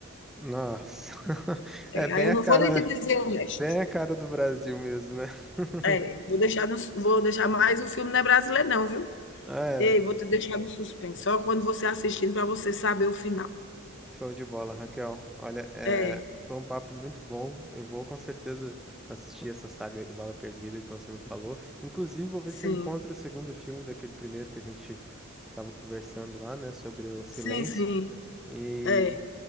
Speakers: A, in the centre; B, on the left.
A: Nossa. <laughs>
B: É,
A: É bem
B: aí eu
A: a
B: não
A: cara,
B: vou nem te dizer o resto.
A: bem a cara do Brasil mesmo, né? <laughs>
B: É, vou deixar no vou deixar mais o filme não é brasileiro não, viu.
A: É.
B: Ei, vou te deixar no suspense, só quando você assistindo para você saber o final.
A: Show de bola, Raquel. Olha, é,
B: É,
A: foi um papo muito bom. Eu vou com certeza assistir essa saga aí do Bala Perdida que você me falou. Inclusive, vou ver
B: sim.
A: se eu encontro o segundo filme daquele primeiro que a gente estava conversando lá, né, sobre o silêncio.
B: Sim, sim.
A: E
B: É,